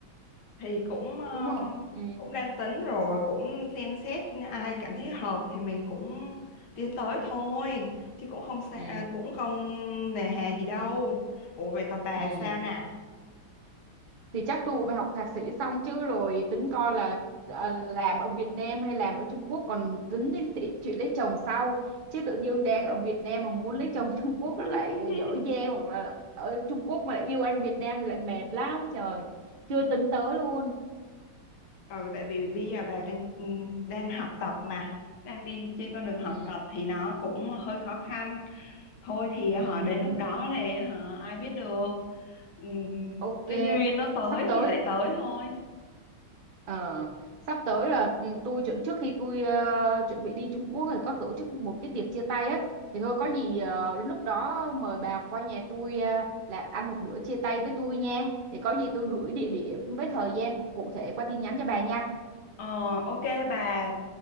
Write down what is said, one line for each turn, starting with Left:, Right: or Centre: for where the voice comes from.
Left: thì cũng ờ,
Right: đúng không ừ
Left: cũng đang tính rồi cũng xem xét ai cảm thấy hợp thì mình cũng tiến tới thôi chứ cũng không xa,
Right: ừ
Left: à, cũng không nề hà gì đâu ủa vậy còn bà
Right: ừ
Left: sao nè
Right: thì chắc tôi cũng phải học thạc sĩ xong chứ rồi tính coi là ờ, làm ở Việt Nam hay làm ở Trung Quốc còn tính đến ti- chuyện lấy chồng sau chứ tự dưng đang ở Việt Nam mà muốn lấy chồng <laughs> Trung Quốc
Left: <laughs>
Right: nó lại dở dang hoặc là ở Trung Quốc mà lại yêu anh Việt Nam thì lại mệt lắm trời chưa tính tới luôn
Left: ừ tại vì bây giờ bà đang ừ, đang học tập mà đang đi trên con đường học
Right: Ừ.
Left: tập thì nó cũng hơi khó khăn thôi thì họ
Right: <laughs>
Left: đến lúc đó thì họ ai biết được Ừm,
Right: ok
Left: cái duyên nó tới
Right: sắp tới
Left: thì lại tới thôi
Right: Ờ, sắp tới là ừ, tôi chuẩn trước khi tôi ờ, chuẩn bị đi Trung Quốc rồi có tổ chức một cái tiệc chia tay á thì thôi có gì ờ, đến lúc đó mời bà qua nhà tôi ờ, là ăn một bữa chia tay với tôi nha thì có gì tôi gửi địa điểm với thời gian cụ thể qua tin nhắn cho bà nha
Left: Ờ, ok bà